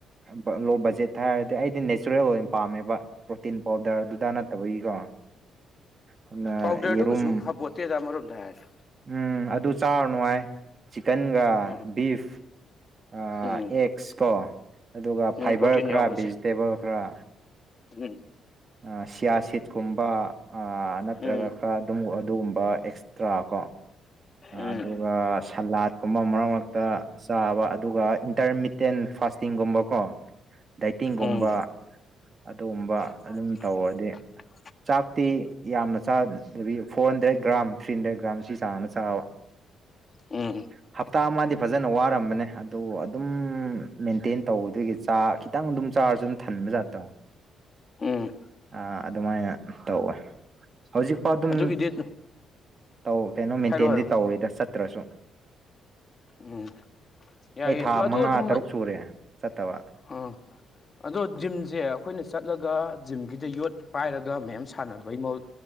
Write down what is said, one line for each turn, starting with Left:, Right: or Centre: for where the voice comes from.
Right: ꯕꯥ ꯂꯣ ꯕꯠ ꯖꯦꯠ ꯊꯥꯔꯗꯤ ꯑꯩꯗꯤ ꯅꯦꯆꯔꯦꯜ ꯑꯣꯏꯅ ꯄꯥꯝꯃꯦꯕ ꯄ꯭ꯔꯣꯇꯤꯟ ꯄꯥꯎꯗꯔ ꯑꯗꯨꯗ ꯅꯠꯇꯕꯒꯤꯀꯣ ꯑꯗꯨꯅ
Left: ꯄꯥꯎꯗꯔꯗꯨ
Right: ꯌꯦꯔꯨꯝ
Left: ꯀꯩꯁꯨ ꯐꯄꯣꯠꯇꯦꯗ ꯑꯃꯔꯣꯝꯗ ꯍꯥꯏꯔ꯭ꯗꯤ
Right: ꯎꯝ ꯑꯗꯨ ꯆꯥꯔꯨꯅꯨ ꯍꯥꯏ ꯆꯤꯛꯀꯟꯒ
Left: ꯎꯝ
Right: ꯕꯤꯐ ꯑꯥ
Left: ꯎꯝ
Right: ꯑꯦꯛꯁ ꯀꯣ ꯑꯗꯨꯒ
Left: ꯎꯝ
Right: ꯐꯥꯏꯕꯔ
Left: ꯄ꯭ꯔꯣꯇꯤꯟ
Right: ꯈꯔ
Left: ꯌꯥꯎꯕꯁꯦ
Right: ꯚꯤꯖꯤꯇꯦꯕꯜ ꯈꯔ
Left: ꯎꯝ
Right: ꯑꯥ ꯁꯤꯌꯥ ꯁꯤꯠꯀꯨꯝꯕ ꯑ ꯅꯠꯇ꯭ꯔꯒ
Left: ꯎꯝ
Right: ꯈꯔ ꯑꯗꯨꯝ ꯑꯗꯨꯒꯨꯝꯕ ꯑꯦꯛꯁ ꯇ꯭ꯔꯥ ꯀꯣ
Left: ꯎꯝ
Right: ꯑꯗꯨꯒ ꯁꯂꯥꯠꯀꯨꯝꯕ ꯃꯔꯛ ꯃꯔꯛꯇ ꯆꯥꯕ ꯑꯗꯨꯒ ꯏꯟꯇꯔꯃꯤꯇꯦꯟ ꯐꯥꯁꯇꯤꯡꯒꯨꯝꯕꯀꯣ ꯗꯥꯏꯇꯤꯡꯒꯨꯝꯕ
Left: ꯎꯝ
Right: ꯑꯗꯨꯒꯨꯝꯕ
Left: <unintelligible>
Right: ꯑꯗꯨꯝ ꯇꯧꯔꯗꯤ ꯆꯥꯛꯇꯤ ꯌꯥꯝꯅ ꯆꯥꯗꯕꯤ ꯐꯣꯟ ꯗꯦꯠ ꯒ꯭ꯔꯥꯝ ꯊ꯭ꯔꯤ ꯍꯟꯗ꯭ꯔꯦꯠ ꯒ꯭ꯔꯥꯝ ꯁꯤ ꯆꯥꯡꯅ ꯆꯥꯕ
Left: ꯎꯝ
Right: ꯍꯞꯇꯥ ꯑꯃꯗꯤ ꯐꯖꯅ ꯋꯥꯔꯝꯕꯅꯦ ꯑꯗꯣ ꯑꯗꯨꯝ ꯃꯦꯟꯇꯦꯟ ꯇꯧꯗꯣꯏꯒꯤ ꯆꯥ ꯈꯤꯇꯪ ꯑꯗꯨꯝ ꯆꯥꯔꯁꯨ ꯊꯟꯕꯖꯥꯠꯇꯣ
Left: ꯎꯝ
Right: ꯑꯥ ꯑꯗꯨꯃꯥꯏꯅ ꯇꯧꯋꯦ ꯍꯧꯖꯤꯛ ꯑꯗꯨꯝ
Left: ꯑꯗꯨꯒꯤꯗꯤ
Right: ꯇꯧ ꯀꯩꯅꯣ ꯃꯦꯟꯇꯦꯟꯗꯤ
Left: ꯍꯥꯏꯔꯣ ꯍꯥꯏꯔꯣ
Right: ꯇꯧꯔꯤꯗ ꯆꯠꯇ꯭ꯔꯁꯨ
Left: ꯎꯝ ꯌꯥꯏꯑꯌꯦ
Right: ꯑꯩ ꯊꯥ
Left: ꯑꯗꯨ ꯑꯗꯨ
Right: ꯃꯉꯥ
Left: ꯑꯗꯨꯝ
Right: ꯇꯔꯨꯛ ꯁꯨꯔꯦ ꯆꯠꯇꯕ
Left: ꯎꯝ ꯑꯗꯣ ꯖꯤꯝꯁꯦ ꯑꯩꯈꯣꯏꯅ ꯆꯠꯂꯒ ꯖꯤꯝꯒꯤꯗ ꯌꯣꯠ ꯄꯥꯏꯔꯒ ꯃꯌꯥꯝ ꯁꯥꯟꯅꯕꯩ ꯃꯍꯨꯠ